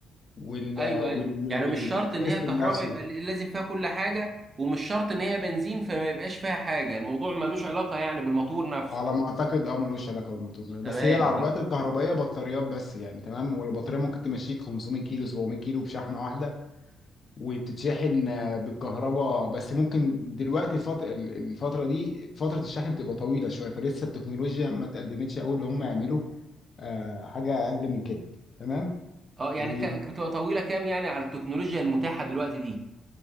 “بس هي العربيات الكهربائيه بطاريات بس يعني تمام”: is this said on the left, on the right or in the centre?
Left